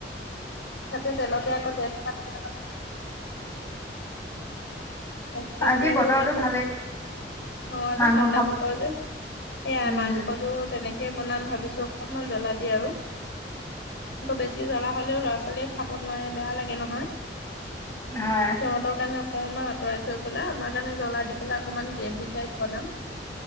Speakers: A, on the left; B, on the left.
A: তাতে তেলতে আকৌ তেজপাত কেইটামান তেজপাত
B: আজি
A: দিয়ে আৰু
B: বতৰটো
A: তাৰপিছত,
B: ভালে
A: অ আজি
B: মাংস
A: ঠাণ্ডা
B: খাব
A: বতৰ যে সয়াই
B: উম
A: মাংসটো তেনেকে, তে বনাম ভাবিছো অকনমান জ্বলা দি আৰু, কৌ বেছি জ্বলা হ'লেও ল'ৰা ছোৱালীয়ে খাব নোৱাৰে বেয়া লাগে নহয়। সিহঁতৰ
B: হয়
A: কাৰনে অ মই আতৰাই থৈ পেলাই আমাৰ কাৰণে জ্বলা দি পেলাই অকমান গ্ৰেভি টাইপ বনাম।